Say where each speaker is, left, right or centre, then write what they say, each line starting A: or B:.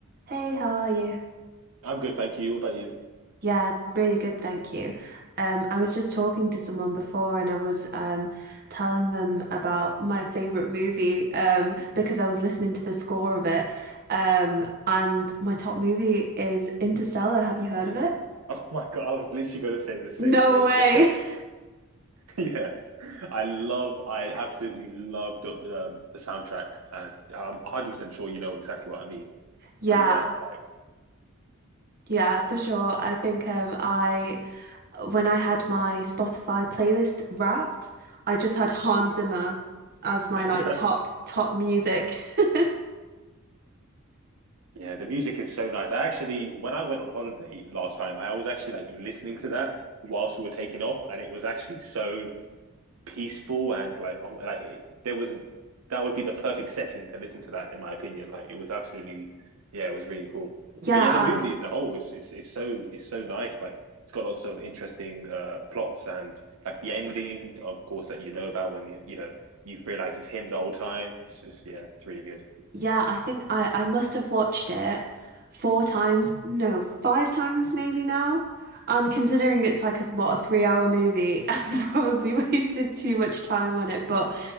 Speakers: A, on the right (about 45°); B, on the right (about 75°).
A: Hey, how are you?
B: I'm good, thank you. What about you? <laughs>
A: Yeah, really good, thank you. Um, I was just talking to someone before and I was um, telling them about my favorite movie um, because I was listening to the score of it. Um, and my top movie is Interstellar. Have you heard of it?
B: Oh my God, I was literally going to say the same
A: No
B: thing.
A: way.
B: <laughs>
A: <laughs>
B: Yeah. I love, I absolutely love the, um, the soundtrack, and I'm 100% sure you know exactly what I mean.
A: Yeah,
B: But yeah, like,
A: yeah, for sure. I think um, I when I had my Spotify playlist wrapped, I just had Hans Zimmer as my
B: uh-huh.
A: like top top music. <laughs>
B: <laughs> Yeah, the music is so nice. I actually, when I went on holiday last time, I was actually like listening to that whilst we were taking off, and it was actually so peaceful and like oh, like it, there was that would be the perfect setting to listen to that in my opinion. Like it was absolutely yeah, it was really cool.
A: Yeah,
B: But yeah, the
A: I
B: movie as a whole is is, is so is so nice. Like it's got lots of interesting uh, plots and like the ending, of course, that you know about when you you know you realize it's him the whole time. It's just yeah, it's really good.
A: Yeah, I think I, I must have watched it four times, no, five times maybe now. And considering it's like a, what, a three hour movie, <laughs> I've probably wasted too much time on it. But